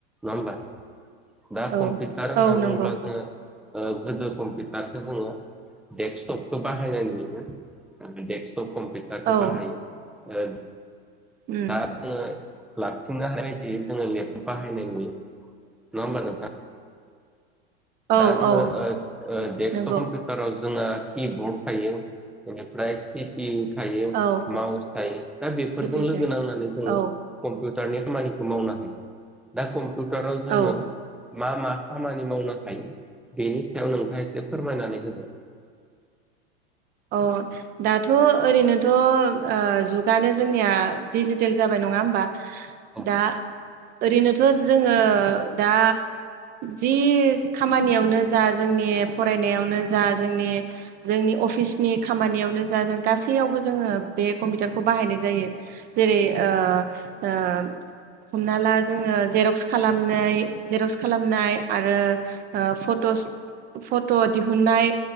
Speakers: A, in the centre; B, on the right (about 30°).
A: नङा होमबा दा
B: औ
A: कम्पिउटार होनना
B: औ नंगौ
A: बुङोब्ला जोङो ओ गोदो कम्पिउटारखौ जोङो डेक्सटपखौ बाहायनाय नुयोमोन आरो डेक्स सब कम्पिउटारखौ
B: औ
A: बाहायो ओ
B: उम
A: दा जोङो लाबथिंनोनो हानायबायदियै जोङो लेपटप बाहायनाय नुयो नङा होमबा नोंथां
B: औ
A: दा जोङो
B: औ
A: ओ ओ डेक्सटप
B: नंगौ
A: कम्पिवटाराव जोंना किबर्ड थायो बेनिफ्राय सि पि इउ थायो
B: औ
A: माउस थायो दा बेफोरजों
B: सेफिउथाइ
A: लोगो नांनानै जोङो
B: औ
A: कम्पिवटारनि खामानिखौ मावनो हायो दा कम्पिउटाराव
B: औ
A: जोङो मा मा खामानि मावनो हायो बेनि सायाव नोंथाङा एसे फोरमायनानै होदो
B: अ दाथ' ओरैनोथ' ओ जुगानो जोंनिया डिजिटेल जाबाय नङा होमबा
A: औ
B: दा ओरैनोथ' जोङो दा जि खामानियावनो जा जोंनि फरायनायावनो जा जोंनि जोंनि अफिस नि खामानियावनो जा जों गासैयावबो जोङो बे कम्पिउटारखौ बाहायनाय जायो जेरै ओ ओ हमना ला जोङो जेरक्स खालामनाय जेरक्स खालामनाय आरो ओ फट' फट' दिहुननाय